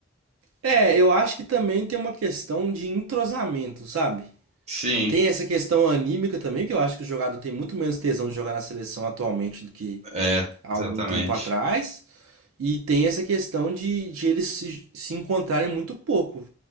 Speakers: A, on the right (about 70°); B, on the right (about 30°).
A: É, eu acho que também tem uma questão de entrosamento, sabe?
B: Sim,
A: Tem essa questão anímica também, que eu acho que o jogador tem muito menos tesão de jogar na seleção atualmente do que
B: é,
A: há
B: exatamente.
A: algum tempo atrás. E tem essa questão de, de eles se, se encontrarem muito pouco.